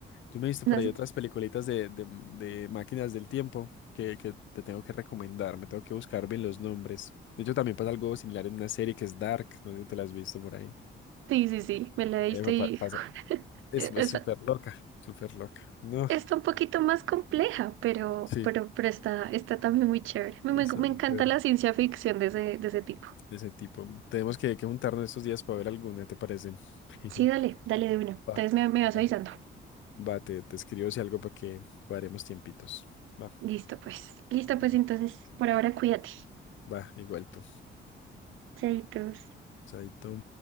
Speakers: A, on the left; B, on the right.
A: Yo me he visto
B: no
A: por ahí
B: sé.
A: otras peliculitas de, de, de máquinas del tiempo que, que te tengo que recomendar. Me tengo que buscar bien los nombres. De hecho, también pasa algo similar en una serie que es Dark. No sé si te la has visto por ahí.
B: sí, sí, sí, me la diste
A: Eh, pa-
B: y
A: pa- pasa.
B: <laughs>
A: Es,
B: es
A: es súper loca, súper loca. No,
B: Está un poquito más compleja, pero,
A: sí.
B: pero, pero está, está también muy chévere. Me,
A: Está
B: me- me
A: muy
B: encanta
A: chévere.
B: la ciencia ficción de ese, de ese tipo.
A: De ese tipo. Tenemos que, que juntarnos estos días para ver alguna, ¿te parece? <laughs>
B: Sí, dale, dale de una. Entonces
A: Va,
B: me, me vas
A: va.
B: avisando.
A: Va, te, te escribo si algo para que cuadremos tiempitos. Va,
B: Listo, pues. Listo,
A: no,
B: pues entonces, por ahora cuídate.
A: va, igual tú.
B: Chaitos.
A: Chaito.